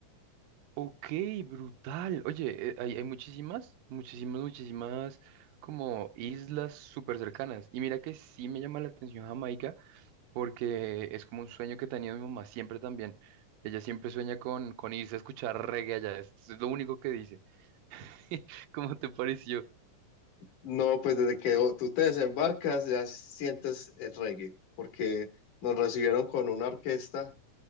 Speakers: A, on the right (about 80°); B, on the left (about 70°).
A: Ok, brutal. Oye, eh, hay, hay muchísimas, muchísimas, muchísimas como islas súper cercanas. Y mira que sí me llama la atención Jamaica porque es como un sueño que tenía mi mamá siempre también. Ella siempre sueña con, con irse a escuchar reggae allá. Es, es lo único que dice. <laughs> ¿Cómo te pareció?
B: No, pues desde que o- tú te desembarcas ya sientes el reggae, porque nos recibieron con una orquesta